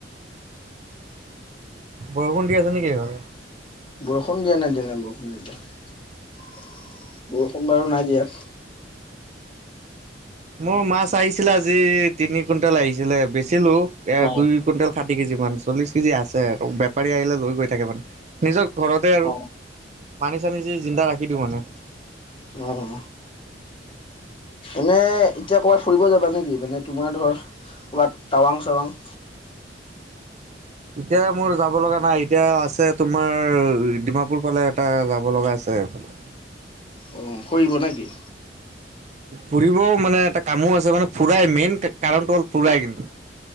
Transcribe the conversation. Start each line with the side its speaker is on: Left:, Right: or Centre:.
Right: বৰষুণ দি আছে নেকি সেইফালে?
Left: বৰষুণ দিয়া নাই দিয়া নাই বৰষুণ নাই দিয়া। বৰষুণ বাৰু নাই দিয়া ইয়াত।
Right: মোৰ মাছ আহিছিলে আজি তিনি কুইণ্টেল আহিছিলে, বেচিলো এ
Left: অ
Right: দুই কুইণ্টেল ষাঠি কেজি মান চল্লিছ কেজি আছে আৰু বেপাৰী আহিলে লৈ গৈ থাকে মানে নিজ ঘৰতে আৰু
Left: অ
Right: পানী চানি যি জিন্দা ৰাখি দিওঁ মানে।
Left: অহ। এনে এতিয়া ক'ৰবাত ফুৰিব যাবা নেকি? মানে তোমাৰ ধৰ ক'ৰবাত টাৱাং চাৱাং।
Right: এতিয়া মোৰ যাব লগা নাই এতিয়া আছে তোমাৰ ডিমাপুৰ ফালে এটা যাব লগা আছে সেইফালে।
Left: অঁ, ফুৰিব না কি?
Right: ফুৰিবও মানে এটা কামো আছে মানে ফুৰাই মেইন কে কাৰণটো হ'ল ফুৰাই কিন্তু।